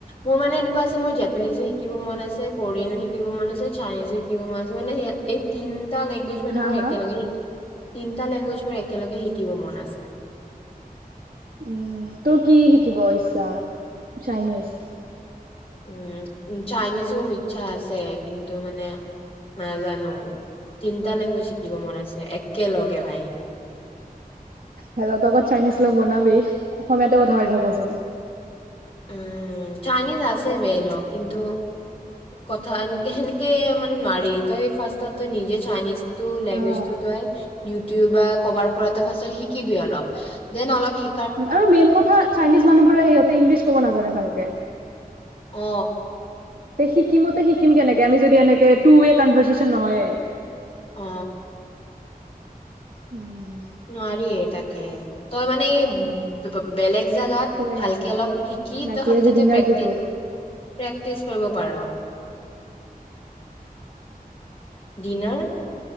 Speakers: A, on the left (about 40°); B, on the right (about 70°).
A: মোৰ মানে এনেকুৱা হৈছে মই জাপানীজো শিকিব মন আছে কোৰিয়ানো শিকিব মন আছে চাইনিজো শিকিব মন আছে মানে সেয়া এই তিনটা লেংগুৱেজ মানে
B: হা
A: মোৰ
B: হা
A: একেলগে শিকি তিনটা লেংগুৱেজ মোৰ একেলগে শিকিব মন আছে
B: উম তোৰ কি শিকিব ইচ্ছা চাইনিজ
A: উম চাইনিজো ইচ্ছা আছে কিন্তু মানে নাজানো তিনটা লেংগুৱেজ শিকিব মন আছে একেলগে ভাই
B: হেল্লতকত চাইনিজ লগ বনাবি অসমীয়াতে কথা পাতি থাকচোন
A: উম চাইনিজ আছে বে লগ কিন্তু কথা এনেকে সেনেকে মানে নোৱাৰি তই ফাৰ্ষ্ট তই নিজে চাইনিজ টো লেংগুৱেজ
B: অ
A: টো তই ইউটিউব বা কৰবাৰ পৰা তই ফাৰ্ষ্ট শিকিবি অলপ দেন অলপ শি
B: আৰু মেইন কথা চাইনিজ মানুহবোৰে সিহঁতে ইংলিছ ক'ব নাজানে ভালকে
A: অ
B: শিকিমতে শিকিম কেনেকে আমি যদি এনেকে টু ৱে কনভাৰ্চেচন নহয়ে
A: অ
B: উম
A: নোৱাৰিয়ে তাকে, তই মানে বেলেগ জাগাত
B: টোৱে
A: ভালকে অলপ শিকি
B: বাকী
A: তই খালি
B: আজি
A: তাতে
B: ডিনাৰ
A: প্ৰেক্টিচ
B: কি তোৰ?
A: প্ৰেক্টিচ কৰিব পাৰ, ডিনাৰ